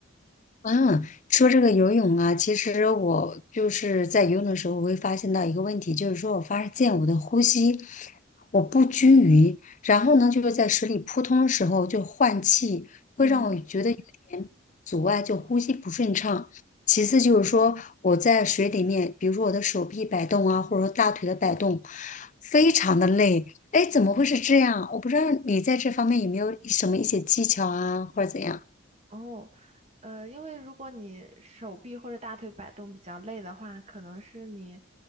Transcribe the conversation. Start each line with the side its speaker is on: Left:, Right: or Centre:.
Left: 嗯，说这个游泳啊，其实我就是在游泳的时候，我会发现到一个问题，就是说我发现我的呼吸我不均匀，然后呢，就是在水里扑通的时候就换气，会让我觉得有点阻碍，
Right: 嗯。
Left: 就呼吸不顺畅。其次就是说我在水里面，比如说我的手臂摆动啊，或者说大腿的摆动，非常的累。哎，怎么会是这样？我不知道你在这方面有没有什么一些技巧啊，或者怎样。
Right: 哦，呃，因为如果你手臂或者大腿摆动比较累的话，可能是你